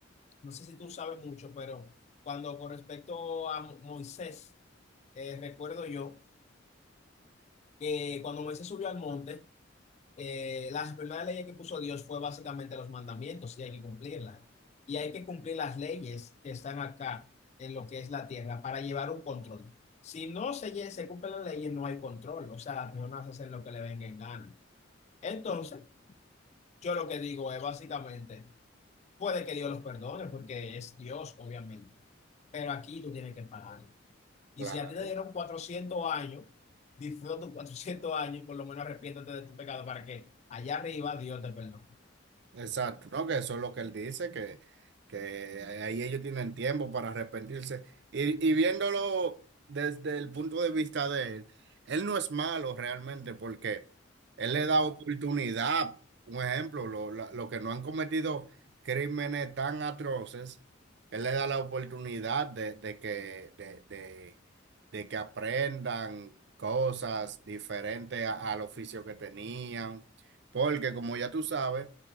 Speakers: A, on the left; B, on the right.
A: no sé si tú sabes mucho, pero cuando con respecto a Mo- Moisés, eh, recuerdo yo que cuando Moisés subió al monte, eh, las primeras leyes que puso Dios fue básicamente los mandamientos y hay que cumplirlas. Y hay que cumplir las leyes que están acá en lo que es la tierra para llevar un control. Si no se, lle- se cumplen las leyes, no hay control. O sea, las personas hacen lo que le venga en gana. Entonces, yo lo que digo es básicamente, puede que Dios los perdone porque es Dios, obviamente, pero aquí tú tienes que pagar. Y
B: Claro.
A: si a ti te dieron 400 años, disfruta tus 400 años y por lo menos arrepiéntete de tu pecado para que allá arriba Dios te perdone.
B: Exacto, ¿no? Que eso es lo que él dice, que, que ahí ellos tienen tiempo para arrepentirse. Y, y viéndolo desde el punto de vista de él, él no es malo realmente porque él le da oportunidad, un ejemplo, lo, la- lo que no han cometido crímenes tan atroces, él le da la oportunidad de, de que, de, de, de que aprendan cosas diferentes a- al oficio que tenían, porque como ya tú sabes,